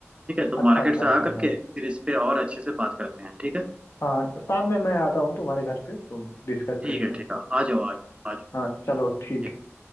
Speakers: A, on the right; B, on the left.
A: ठीक है तो
B: अच्छा
A: मार्केट
B: अच्छा
A: से
B: अच्छा
A: आ
B: अच्छा।
A: करके फिर इस पे और अच्छे से बात करते हैं ठीक है
B: हाँ शाम में मैं आता हूँ तुम्हारे घर पे तो डिस्कस
A: ठीक
B: करते
A: है
B: हैं
A: ठीक है आ जाओ आ जाओ आ जाओ ठीक
B: हाँ चलो ठीक है।
A: ठीक।